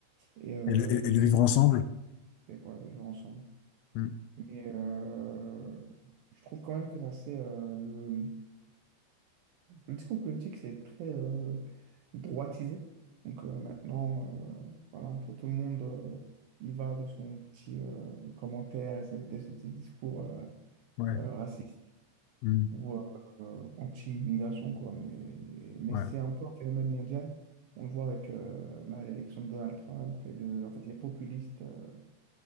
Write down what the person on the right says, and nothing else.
et euh,
l'immigration
et quoi de vivre ensemble.
Mais euh, je trouve quand même que ça c'est euh, le, le discours politique c'est très euh, droitisé. Donc euh, maintenant euh, voilà un peu tout le monde euh, y va de son petit euh, commentaire et c'est- de ce petit discours euh,
euh, raciste
ou euh, euh, anti-immigration quoi. Mais mais
c'est un peu un phénomène mondial. On le voit avec euh, bah, l'élection de Donald Trump et de en fait les populistes. euh,